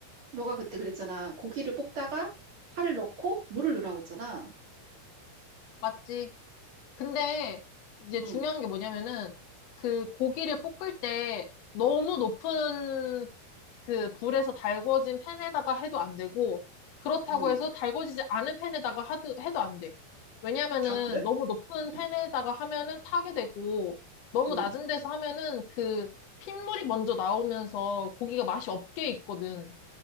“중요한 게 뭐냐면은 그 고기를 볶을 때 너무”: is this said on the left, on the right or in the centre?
Left